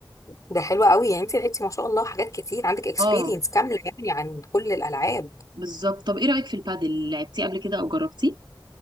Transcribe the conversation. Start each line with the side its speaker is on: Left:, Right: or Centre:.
Left: ده حلو قوي يعني انت لعبتي ما شاء الله حاجات كتير عندك اكسبيرينس
Right: اه
Left: كامله يعني عن كل الالعاب
Right: بالظبط طب ايه رايك في البادل لعبتيه قبل كده او جربتيه